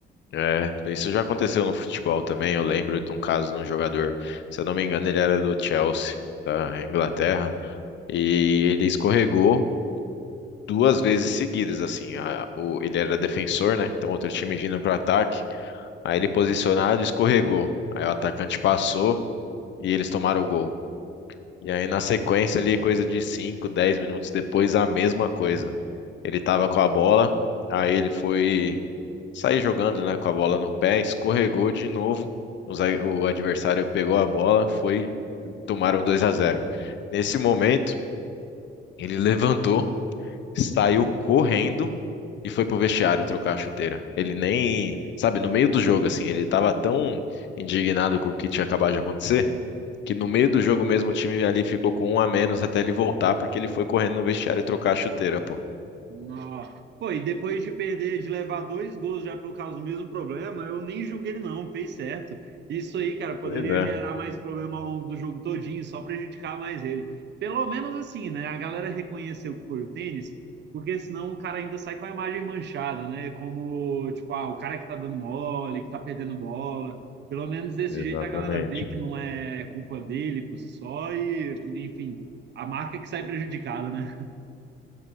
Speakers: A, on the left; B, on the right.
A: É, isso já aconteceu no futebol também. Eu lembro de um caso de um jogador, se eu não me engano, ele era do Chelsea, da Inglaterra, e ele escorregou duas vezes seguidas, assim. A- o- ele era defensor, né? Então outro time vindo para ataque, aí ele posicionado, escorregou. Aí o atacante passou e eles tomaram o gol. E aí, na sequência ali, coisa de 5 10 minutos depois, a mesma coisa. Ele tava com a bola, aí ele foi sair jogando, né, com a bola no pé, escorregou de novo. O zague- o adversário pegou a bola, foi, tomaram dois a zero Nesse momento, ele levantou, saiu correndo e foi pro vestiário trocar a chuteira. Ele nem, sabe, no meio do jogo assim, ele tava tão indignado com o que tinha acabado de acontecer que no meio do jogo mesmo o time ali ficou com um a menos até ele voltar, porque ele foi correndo no vestiário e trocar a chuteira, pô.
B: Nó. Pô, e depois de perder, de levar dois gols já por causa do mesmo problema, eu nem julguei ele não, fez certo. Isso aí, cara, poderia
A: Pois é,
B: gerar mais problema ao longo do jogo todinho, só prejudicar mais ele. Pelo menos assim, né? A galera reconheceu que foi o tênis, porque senão o cara ainda sai com a imagem manchada, né? Como, tipo, ah, o cara que tá dando mole, que tá perdendo bola. Pelo menos desse
A: exatamente.
B: jeito a galera vê que não é culpa dele por si só e, enfim, a marca que sai prejudicada, né?